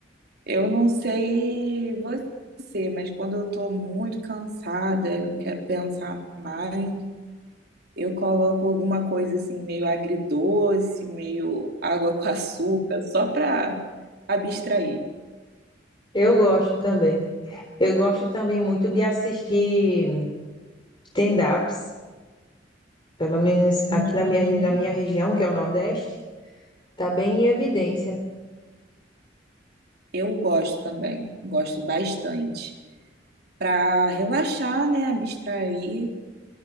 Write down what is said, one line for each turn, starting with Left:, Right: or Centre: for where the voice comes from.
Right: Eu não sei você, mas quando eu tô muito cansada, eu não quero pensar mais. Eu coloco alguma coisa assim, meio agridoce, meio água com açúcar, só para abstrair.
Left: Eu gosto também. Eu gosto também muito de assistir stand-ups, pelo menos
Right: Uhum.
Left: aqui na minha, na minha região, que é o Nordeste, está bem em evidência.
Right: Eu gosto também, gosto bastante. Para relaxar, né? Abstrair.